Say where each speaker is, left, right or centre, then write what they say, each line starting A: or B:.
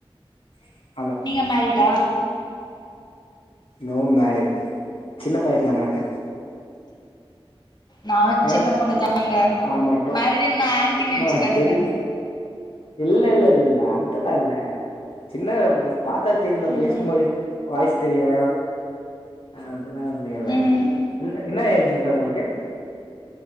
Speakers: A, on the left (about 70°); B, on the left (about 45°).
A: <inaudible>
B: நீங்க மேரிடா
A: நோ மேரிட் சின்ன பய தா நானு
B: நானு
A: ஏ
B: சின்ன பொண்ணுதாங்க
A: ஆமா டொ
B: மேரிடுனா ஆண்ட்டி நெனச்சுக்காதீங்க
A: ஆ தெரி இல்ல இல்ல இல்ல அது அல்ல சின்ன பாத்தா தெரியல
B: ம்
A: பேசும் போதே வாய்ஸ் தெரிய அதெல்லா ஒண்னுயில்ல
B: ம்
A: என்னா ஏஜுங்க்கா உங்களுக்கு